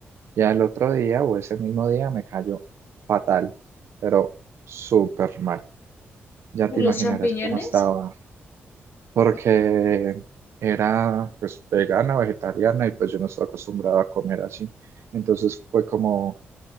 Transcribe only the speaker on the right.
Ya el otro día o ese mismo día me cayó fatal, pero súper mal. Ya
te
imaginarás
cómo estaba. porque
era pues vegana, vegetariana y pues yo no estaba acostumbrado a comer así. Entonces fue como